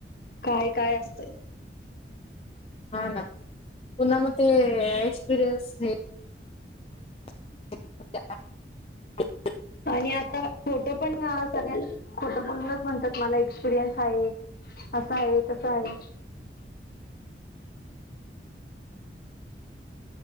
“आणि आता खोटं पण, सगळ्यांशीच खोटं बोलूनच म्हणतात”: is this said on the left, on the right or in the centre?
Left